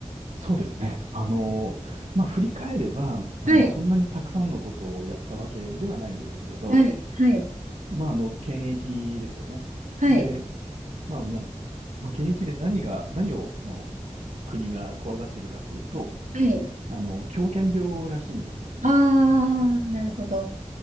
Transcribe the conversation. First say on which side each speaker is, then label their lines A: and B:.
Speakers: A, on the right; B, on the right.
A: そうですね。あの、まあ、振り返れば、あの、
B: い、
A: そんなにたくさんのことをやったわけではないんですけれど、
B: はい、はい、
A: まあ、あの、検疫ですよね。
B: はい、
A: で、まあ、あの、まあ、検疫で何が、何をこの国が怖がっているかっていうと、
B: はい。
A: あの、狂犬病らしいんですよ。
B: ああ、なるほど。
A: うん